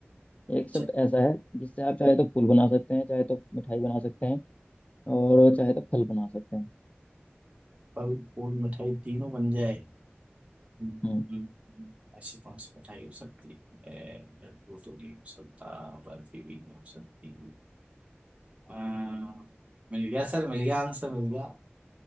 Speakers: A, on the left; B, on the right.
A: एक शब्द
B: अच्छा,
A: ऐसा है जिससे आप चाहे तो फूल बना सकते हैं चाहे तो मिठाई बना सकते हैं और चाहे तो फल बना सकते हैं
B: फल फूल मिठाई तीनों बन जाए हम्म, हम्म,
A: हम्म
B: हम्म, ऐसी कौन सी मिठाई हो सकती है लड्डू तो नहीं हो सकता बर्फी भी नहीं हो सकती अम्म, मिल गया सर मिल गया आंसर मिल गया